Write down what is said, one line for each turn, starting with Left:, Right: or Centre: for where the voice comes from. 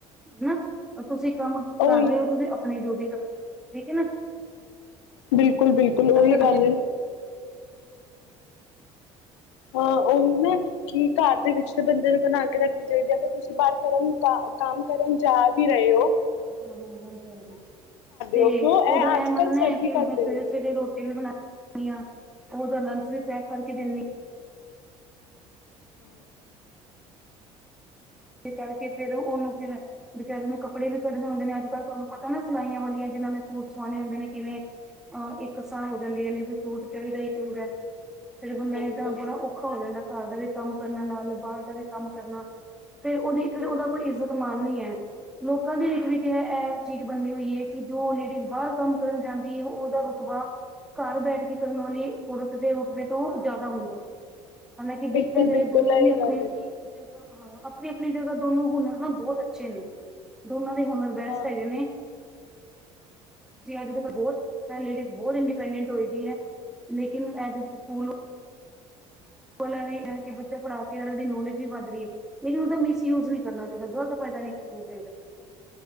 Centre: ਹੰ। ਤੁਸੀ ਕੰਮ
Left: ਉਹੀ
Centre: ਕਰ ਰਹੇ ਉ ਤੁਸੀ ਅਪਣੇ ਜੋਗੇ ਕਰ ਠੀਕ ਏ ਨਾ।
Left: ਬਿਲਕੁਲ- ਬਿਲਕੁਲ ਉਹੀ
Centre: ਆਪਣੀ
Left: ਗੱਲ ਹਾਂ, ਉਹ ਨਾ ਕਿ ਘਰ ਦੇ ਵਿੱਚ ਤੇ ਬੰਦੇ ਨੂੰ ਬਣਾ ਕੇ ਰੱਖਣੀ ਚਾਈਦੀ ਆ ਤੇ ਤੁਸੀ ਬਾਹਰ ਕਰਨ ਨੂੰ ਚਾ ਕੰਮ ਕਰਨ ਜਾ ਵੀ ਰਹੇ ਔ
Centre: ਹਾਂਜੀ ਹਾਂਜੀ ਤੇ
Left: ਹੋ ਕਿਉਂ
Centre: ਉਦਾ
Left: ਇਹ ਅੱਜ
Centre: ਏ ਮੰਨਨਾ
Left: ਕੱਲ੍ਹ ਸਭੀ
Centre: ਐ ਕਿ
Left: ਕਰਦੇ
Centre: ਮੈਂ ਸਵੇਰੇ
Left: ਨੇ।
Centre: ਸਵੇਰੇ ਰੋਟੀ ਵੀ ਬਨਾ ਬਨਾਨੀ ਆ ਸਕੂਲ ਦਾ ਲੰਚ ਵੀ ਪੈਕ ਕਰਕੇ ਦੈਂਨੀ ਆ
Left: ਹਮ
Centre: ਤੇ ਕਰਕੇ ਫੇਰ ਓਨੂੰ ਫੇਰ ਬੇਚਾਰੀ ਨੂੰ ਕੱਪੜੇ ਵੀ ਕੱਢਦੇ ਹੁੰਦੇ ਨੇ ਅਜ ਕੱਲ੍ਹ ਤਹਾਨੂੰ ਪਤਾ ਏ ਨਾ ਸਿਲਾਈਆਂ ਵਾਲੀਆਂ ਜਿਨਾਂ ਨੇ ਸੂਟ ਸਵਾਉਨੇ ਹੁੰਦੇ ਨੇ ਕਿਵੇਂ ਅ ਇੱਕ ਸਾਹ ਹੋ ਜਾਂਦੀਆਂ ਨੇ ਵੀ ਸੂਟ ਚਾਈਦਾ ਈ ਤੇ ਹੋ ਗਿਆ ਫਿਰ ਬੰਦਾ
Left: ਹਾਂ
Centre: ਏ ਤਾਂ
Left: ਹਾਂ
Centre: ਬੜਾ ਔਖਾ ਹੋ ਜਾਂਦਾ ਕਰ ਦਾ ਵੀ ਕੰਮ ਕਰਨਾ ਨਾਲ ਬਾਰ ਦਾ ਵੀ ਕੰਮ ਕਰਨਾ ਫੇਰ ਓਦੀ ਫਿਰ
Left: ਹੂੰ
Centre: ਉਹਦਾ ਕੋਈ ਇੱਜ਼ਤ ਮਾਨ ਨੀ ਏ ਲੋਕਾਂ ਦੇ ਹਿੱਕ ਵਿਚ ਏ ਚੀਜ਼ ਬਨਦੀ ਹੋਈ ਏ ਕਿ ਜੋ ਲੇਡੀਜ਼ ਬਾਰ ਕੰਮ ਕਰਨ ਜਾਂਦੀ ਏ ਓਦਾ ਰੁਤਬਾ ਘਰ ਬੈਠ ਕੇ ਕਰਨ ਵਾਲੀ ਔਰਤ ਦੇ ਰੁਤਬੇ ਤੋਂ ਜ਼ਾਦਾ ਹੁੰਦਾ ਹਾਲਾਂਕਿ ਦੇਖਿਆ
Left: ਬਿਲਕੁਲ
Centre: ਜਾਏ
Left: ਬਿਲਕੁਲ
Centre: ਦੋਨੋ
Left: ਇਹੀ
Centre: ਹੀ ਆਪਨੇ
Left: ਗੱਲ
Centre: ਆਪਨੇ
Left: ਏ
Centre: ਜਦੋਂ ਹਾਂ ਅਪਨੀ ਅਪਨੀ ਜਗ੍ਹਾ ਦੋਨੋ ਹੁਨਰ ਨਾ ਬੋਤ ਅੱਛੇ ਨੇ ਦੋਨਾਂ ਦੇ ਹੁਨਰ ਪਰੈਸ
Left: ਹਾਂ
Centre: ਹੈਗੇ ਨੇ ਅੱਜ ਤੇ ਬੋਤ ਲੇਡੀਜ਼ ਬੋਤ ਇੰਡੀਪੈਂਡੈਂਟ ਹੋਏ ਦੀ ਏ ਲੇਕਿਨ ਅੱਜ ਸਕੂਲ ਵਾਲਾ ਇਹ ਐ ਕਿ ਬੱਚਾ ਪੜਾਓ ਕੇ ਯਾਰ ਉਹ ਦੀ ਨੌਲੇਜ ਵੀ ਵੱਧ ਰੀ ਏ ਲੇਕਿਨ ਓਦਾ ਮਿਸਯੂਜ ਨੀਂ ਕਰਨਾ ਚਾਈਦਾ ਗ਼ਲਤ ਫਾਇਦਾ ਨੀ ਚੁੱਕਨਾ ਚਾਈਦਾ